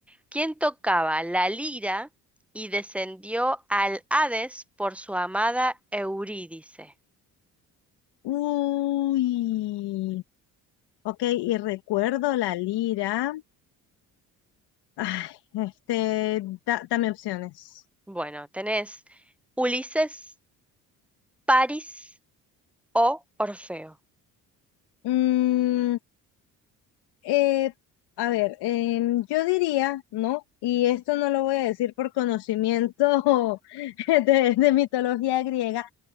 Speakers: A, in the centre; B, on the left.
A: quien tocaba la lira y descendió al Hades por su amada Eurídice.
B: Uy. Ok, y recuerdo la lira. Ay, este, da- dame opciones.
A: Bueno, tenés Ulises, París o Orfeo.
B: Mm, Eh, a ver, em, yo diría, ¿no? Y esto no lo voy a decir por conocimiento <laughs> de, de mitología griega.